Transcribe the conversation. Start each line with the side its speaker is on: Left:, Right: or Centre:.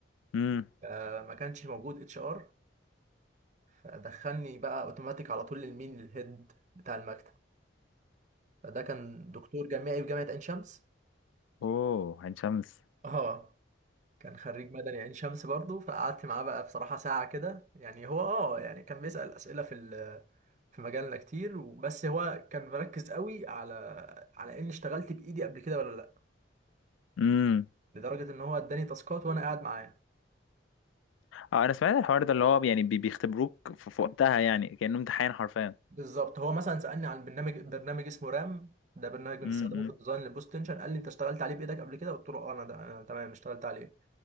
Left: امم
Right: آه، ما كانش موجود اتش ار دخلني بقى اوتوماتيك على طول للمين الهيد بتاع المكتب فده كان دكتور جامعي في جامعة عين شمس
Left: اوه عين شمس
Right: اه كان خريج مدني عين شمس برضو فقعدت معاه بقى بصراحة ساعة كده يعني هو اه يعني كان بيسأل أسئلة في ال- في مجالنا كتير بس هو كان مركز قوي على على اني اشتغلت بايدي قبل كده ولا لا
Left: امم
Right: لدرجة ان هو اداني تاسكات وانا قاعد معاه
Left: اه انا سمعت الحوار ده اللي هو يعني بي- بيختبروك في في وقتها يعني كأنه امتحان حرفيا
Right: بالظبط هو مثلا سألني عن برنامج برنامج اسمه رام ده برنامج بنستخدمه
Left: امم
Right: في الديزاين للبوست تنشن قال لي انت اشتغلت عليه بايدك قبل كده قلت له اه انا ده انا تمام اشتغلت عليه